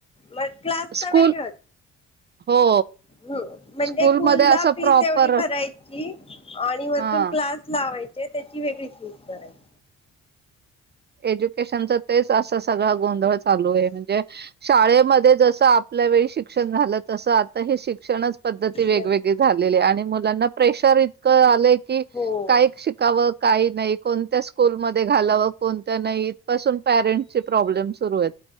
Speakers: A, on the left; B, on the right.
A: मग क्लास
B: स्कूल
A: तर वेगळंत
B: हो
A: ह म्हणजे
B: स्कूलमध्ये
A: स्कूल ला
B: असं
A: फीस
B: प्रॉपर
A: एवढी भरायची आणि
B: हा
A: वरतून क्लास लावायचे त्याची वेगळी फीस करायची
B: एज्युकेशनच तेच असा सगळा गोंधळ चालू आहे म्हणजे शाळेमध्ये जस आपल्या वेळी शिक्षण झालं तसं आता हे शिक्षणच पद्धती वेगवेगळी
A: नाही
B: झालेली आहे आणि मुलांना प्रेशर इतकं आलंय कि
A: हो
B: काय शिकावं? काय नाही? कोणत्या स्कूलमध्ये घालावं? कोणत्या नाही? इथपसून पॅरेंट्स चे प्रॉब्लेम सुरू आहेत.